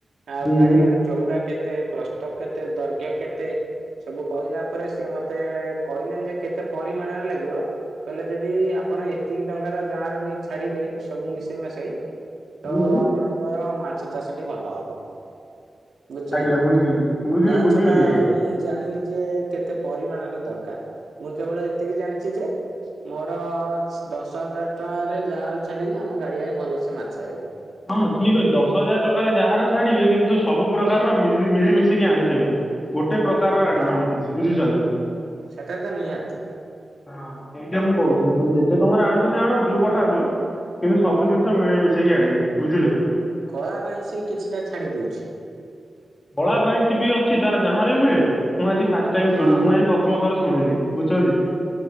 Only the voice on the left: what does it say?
ହୁଁ
ହୁଁ
ଆଜ୍ଞା
ବୁଝିଲି ବୁଝିଲି
ବୁଝିଗଲି
ଆଜ୍ଞା
ହଁ ଠିକ୍ ଅଛି ଦଶ ହଜାର ଟଙ୍କାରେ ଯାହାର ଛାଡିବେ କିନ୍ତୁ ସବୁ ପ୍ରକାରର ମି ମିଳିମିଶିକି ଆଣିଦେବେ ଗୋଟେ ଟେ ପ୍ରକାରର ଆଣିବେନି
କିଛି ବୁଝିଚନ୍ତି।
ହଁ ସେଇଟା ମୁଁ କହୁଥିଲି ଯ ଯେତେ ଟଙ୍କାରେ ଆଣୁଚନ୍ତି ଆଣନ୍ତୁ ପଠାନ୍ତୁ। କିନ୍ତୁ ସବୁ ଜିନିଷ ମିଳେଇ ମିଶେଇକି ଆଣିବେ ବୁଝିଲେ।
ବଳା ବାଇଁଶୀ ବି ଅ ଚି ତାର ଯାହାର ବି ମିଳେ ମୁଁ ଆଜି ଫାଷ୍ଟ ଟାଇମ୍
ଶୁଣିଲି ମୁ ଆଜି ପ୍ରଥମ ଥର ଶୁଣିଲି ବୁଝୁଚନ୍ତି।